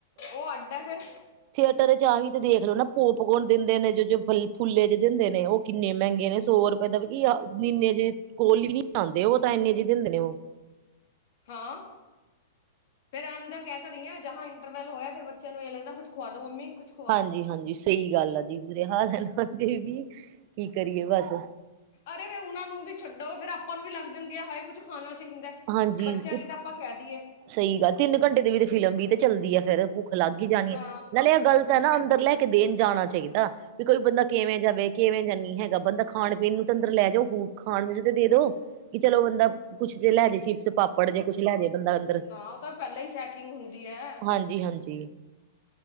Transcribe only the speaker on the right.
ਥੀਏਟਰ ਚ ਆਹੀ ਤੇ ਦੇਖ ਲਓ ਨਾ, ਪੋਪਕੋਨ ਦਿੰਦੇ ਨੇ, ਜੋ-ਜੋ ਫ ਫੁੱਲੇ ਜੇ ਦਿੰਦੇ ਨੇ ਓ। ਕਿੰਨੇ ਮਹਿੰਗੇ ਨੇ ਸੌ ਰੁਪਏ ਦਾ ਵੀ ਕੀ ਆਖ, ਨਿਨੇ ਜਿਹੇ ਕੋਲੀ ਵੀ ਨੀ ਆਂਦੇ ਓ, ਤਾਂ ਇੰਨੇ ਜਿਹੇ ਦਿੰਦੇ ਨੇ ਓ।
ਹਾਂਜੀ -ਹਾਂਜੀ ਸਹੀ ਗੱਲ ਆ ਜੀ, ਬੁਰੇ ਹਾਲ ਹੈ ਲੋਕਾ ਦੇ ਵੀ -ਕੀ ਕਰੀਏ ਬਸ।
ਹਾਂਜੀ
ਸਹੀ ਗੱਲ ਤਿੰਨ ਘੰਟੇ ਦੀ ਵੀ ਤੇ ਫਿਲਮ ਵੀ ਤੇ ਚੱਲਦੀ ਐ, ਫੇਰ ਭੁੱਖ ਲੱਗ ਹੀ ਜਾਨੀ
ਏ, ਨਾਲੇ ਆ ਗੱਲ। ਤਾਂ ਨਾ ਅੰਦਰ ਲੈ ਕੇ ਦੇਨ ਜਾਨਾ ਚਾਹੀਦਾ। ਵੀ ਕੋਈ ਬੰਦਾ ਕਿਵੇਂ ਜਾਵੇ, ਕਿਵੇਂ ਜਾਂ ਨੀ ਹੈਗਾ, ਬੰਦਾ ਖਾਨ-ਪੀਨ ਨੂੰ ਤਾਂ ਅੰਦਰ ਲੈ ਜਾਓ, ਫੁ ਖਾਨ ਵਿੱਚ ਤੇ ਦੇ ਦੋ। ਕਿ ਚਲੋ ਬੰਦਾ ਕੁੱਛ ਜੇ ਲੈ, ਜੇ ਚਿਪਸ, ਪਾਪੜ ਜੇ ਕੁਛ ਲੈ ਜੇ ਬੰਦਾ। ਅੰਦਰ
ਹਾਂਜੀ-ਹਾਂਜੀ।